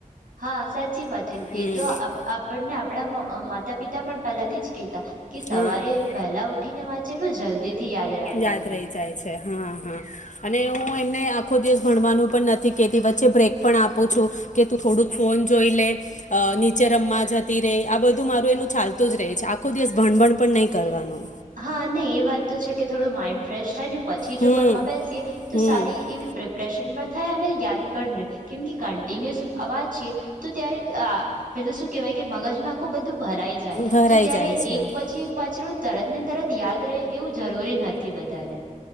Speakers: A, on the right; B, on the left.
A: હા, સાચી વાત એ,
B: હમ
A: એ તો આપ, આપણને આપ આપણા માતા પિતા પણ પહેલાથી જ કહેતા કે સવારે
B: હા
A: વહેલા ઉઠી ને વાચ જેટલું જલ્દી થી યાદ રહે આપણને.
B: યાદ રહી જાય છે હા, હા, અને હું એમને આખો દિવસ ભણવાનું પણ નથી કેતી, વચ્ચે બ્રેક પણ આપું છું, કે તું થોડુંક ફોન જોઈ લે, નીચે રમવા જતી રેય, આ બધું મારું એનું ચાલતું જ રહે છે. આખો દિવસ ભણભણ પણ નહીં કરવાનું.
A: હા, અને એ વાત તો છે કે, થોડું માઈન્ડ ફ્રેશ થાય ને પછી
B: હમ
A: જો ભણવા બેસીએ તો
B: હમ
A: સારી એવી પ્રિપ્રેશન પણ થાય અને યાદ પણ રેય, કેમ કે કન્ટિન્યુઅઝ આ વાંચીએ, તો ત્યારે આ, પેલું સુ કેવાય કે મગજમાં આખું બધું ભરાઈ જાય
B: ભરાઈ
A: તો ત્યારે
B: જાય છે
A: એક પછી એક વાંચલુ તરત ને તરત યાદ રહે એવું જરૂરી નથી બધાંને.